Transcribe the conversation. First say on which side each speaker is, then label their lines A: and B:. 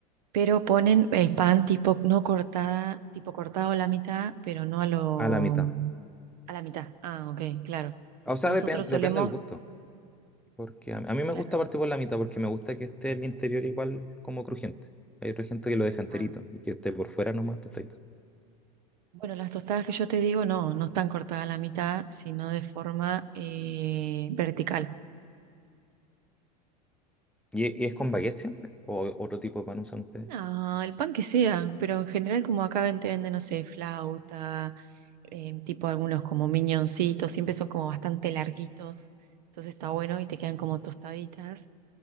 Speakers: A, on the right; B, in the centre.
A: pero ponen el pan tipo no cortada, tipo cortado a la mitad, pero no a lo,
B: a la mitad.
A: a la mitad. Ah, ok, claro.
B: O sea,
A: Nosotros
B: depen- depende
A: solemos,
B: del gusto, porque a, a mí me
A: claro.
B: gusta partir por la mitad porque me gusta que esté el interior igual como crujiente. Hay otra gente que lo deja enterito
A: Ah.
B: y que esté por fuera nomás tostadito.
A: Bueno, las tostadas que yo te digo no, no están cortadas a la mitad, sino de forma eh, vertical.
B: ¿Y, e- y es con baguette siempre? ¿O otro tipo de pan usan ustedes?
A: No, el pan que sea, pero en general como acá ven- te venden, no sé, flauta, eh, tipo algunos como miñoncitos, siempre son como bastante larguitos, entonces está bueno y te quedan como tostaditas.